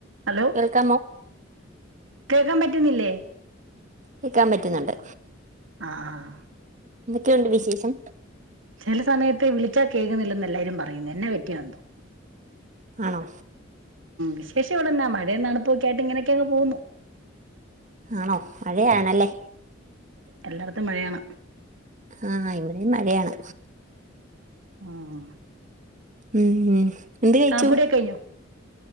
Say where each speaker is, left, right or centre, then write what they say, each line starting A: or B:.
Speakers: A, on the right (about 70°); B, on the right (about 40°).
A: Hello
B: കേൾക്കാമോ
A: കേക്കാൻ പറ്റ ക്കുന്നില്ലേ
B: കേക്കാൻ പറ്റുന്നുണ്ട്
A: ആഹ്
B: എന്തൊക്കെയുണ്ട് വിശേഷം
A: ചില സമയത്ത് വിളിച്ചാ കേൾക്കുന്നില്ലന്ന് എല്ലാരും പറയുന്നു എന്നാ പറ്റിയ എന്തോ
B: ആണോ
A: വിശേഷം ഇവിടെ എന്നാ മഴയും തണുപ്പുക്കെ ആയിട്ട് ഇങ്ങനെ ക്കെ അങ്ങ് പോകുന്നു
B: ആണോ മഴയാണല്ലേ
A: എല്ലാടത്തും മഴയാണ്
B: ആന്നോ ഇവിടെയും മഴയാണ്
A: ഉം
B: ഉം ഉം എന്ത് കഴിച്ചു
A: കാപ്പുടിയൊക്കെ കഴിഞ്ഞോ